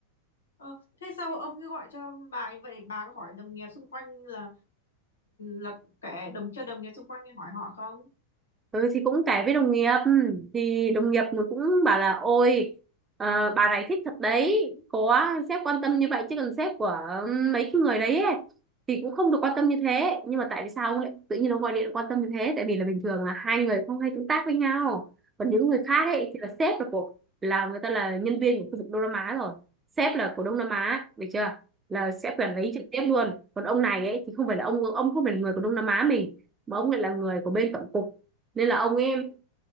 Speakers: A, on the left; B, on the right.
A: ờ, thế sao ông cứ gọi cho bà như vậy để bà có hỏi đồng nghiệp xung quanh là là kể đồng cho đồng nghiệp xung quanh hỏi họ không
B: Ừ, thì cũng kể với đồng nghiệp Ừ, thì đồng nghiệp nó cũng bảo là ôi ờ, bà này thích thật đấy có sếp quan tâm như vậy chứ còn sếp của mấy cái người đấy ấy, thì cũng không được quan tâm như thế nhưng mà tại vì sao ông lại tự nhiên ông gọi điện quan tâm như thế tại vì là bình thường là hai người không hay tương tác với nhau còn những người khác
A: Ừ.
B: ấy thì là sếp là của là người ta là nhân viên của khu vực Đông Nam Á rồi sếp là của Đông Nam Á được chưa là sẽ quản lý
A: Ừ.
B: trực tiếp luôn còn ông này ấy thì không phải là ông ông không phải là người của Đông Nam Á mình mà ông lại là người của bên tổng cục nên là ông ấy